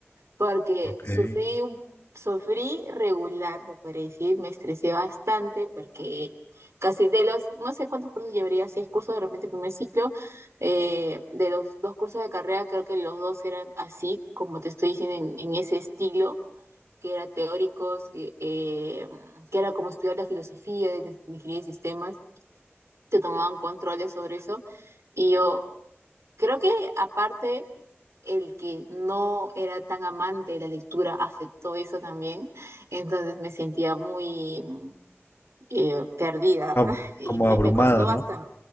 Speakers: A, on the right; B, on the left.
A: porque
B: Ok.
A: sufrí, un- sufrí regular, te podría decir, me estresé bastante porque casi de los, no sé cuántos cursos llevaría, seis cursos de repente primer ciclo, eh, de los dos cursos de carrera creo que los dos eran así, como te estoy diciendo, en en ese estilo que eran teóricos, que, eh, que era como estudiar la filosofía de de ingeniería de sistemas, te tomaban controles sobre eso. Y yo creo que aparte el que no era tan amante de la lectura afectó eso también, entonces me sentía muy eh, perdida
B: Ab-
A: <laughs> y
B: como
A: me,
B: abrumada,
A: me costó bastante.
B: ¿no?